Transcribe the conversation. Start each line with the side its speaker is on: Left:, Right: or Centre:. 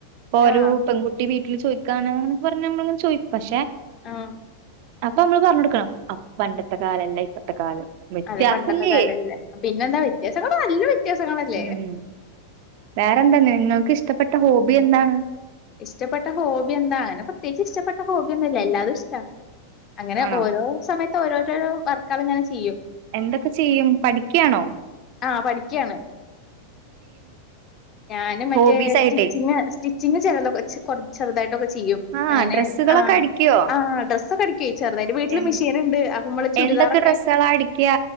Right: ഇപ്പൊ ഒരു
Left: ആഹ്
Right: പെൺകുട്ടി വീട്ട വീൽ ചോദിക്കാണ് അങ്ങൊ പറഞ്ഞ നമ്മളങ്ങനെ ചോദിക്കും പക്ഷെ <inaudible>
Left: ആ
Right: അപ്പൊ നമ്മള് പറഞ്ഞ കൊടുക്കണം അ പണ്ടത്തെ കാല അല്ല ഇപ്പത്തെ കാലം വ്യത്യാസല്ലേ
Left: അതെ പണ്ടത്തെ കാലല്ല പിന്നെന്താ വ്യത്യാസങ്ങള് നല്ല വ്യത്യാസങ്ങളല്ലേ
Right: ഉം വേറെന്താന്ന് നിങ്ങൾക്ക് ഇഷ്ടപ്പെട്ട ഹോബി എന്താണ്
Left: ഇഷ്ടപ്പെട്ട ഹോബി എന്താ അങ്ങനെ പ്രത്യേകിച്ച് ഇഷ്ടപ്പെട്ട ഹോബിയൊന്നുംല്ല എല്ലാതും ഇഷ്ട അങ്ങനെ
Right: ആണോ
Left: ഓരോ സമയത്ത് ഓരോരോരോ വർക്കളു ങ്ങനെ ചിയ്യും
Right: എന്തൊക്കെ ചെയ്യും പഠിക്കാണോ
Left: ആ പഠിക്ക്യാണ് ഞാന് മറ്റേ
Right: ഹോബീസ്
Left: സ്റ്റിച്ചിങ്ങ്
Right: ആയിട്ടേ
Left: സ്റ്റിച്ചിങ്ങ് <unintelligible> കൊറച്ച് ചെറുതായിട്ടൊക്കെ ചിയ്യും
Right: ആഹ്
Left: നയനെ
Right: ഡ്രെസ്സുകളൊക്കെ
Left: ആ
Right: അടിക്കുവോ
Left: ആ ഡ്രസ്സൊക്കെ അടിക്കോയ് ചെറ്തായിട്ട് വീട്ടില്
Right: എന്ത്
Left: മിഷീന്ണ്ട് അപ്പമ്മള ചുര്ദാറൊക്കെ
Right: എന്തൊക്കെ ഡ്രസ്സാളാ അടിക്ക്യാ?